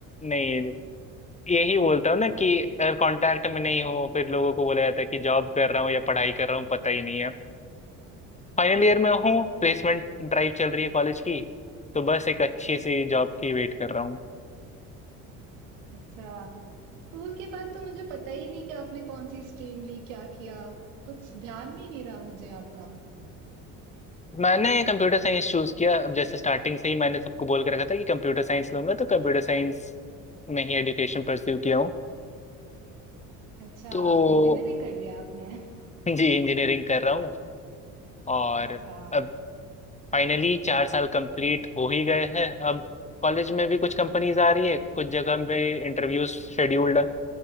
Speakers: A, on the left; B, on the right.
A: नहीं यही बोलता हूँ ना कि अगर कांटेक्ट में नहीं हो फिर लोगों को बोला जाता है कि जॉब कर रहा हूँ या पढ़ाई कर रहा हूँ पता ही नहीं है फाइनल ईयर में
B: हम्म
A: हूँ प्लेसमेंट ड्राइव चल रही है कॉलेज की तो बस एक अच्छी सी जॉब की वेट कर रहा हूँ
B: अच्छा स्कूल के बाद तो मुझे पता ही नहीं कि आपने कौन सी स्ट्रीम ली क्या किया कुछ ध्यान में ही नहीं रहा मुझे आपका
A: मैंने कंप्यूटर साइंस चूज किया अब जैसे स्टार्टिंग से ही मैंने सबको बोल के रखा था कि कंप्यूटर साइंस लूंगा तो कंप्यूटर साइंस में ही एजुकेशन परस्यू किया हूँ
B: अच्छा
A: तो
B: इंजीनियरिंग कर लिया आपने
A: जी इंजीनियरिंग कर रहा हूँ और
B: <laughs> अच्छा
A: अब फाइनली चार साल कंप्लीट हो ही गए हैं अब कॉलेज में भी कुछ कंपनीज आ रही है कुछ जगह पे इंटरव्यूज शेड्यूल्ड है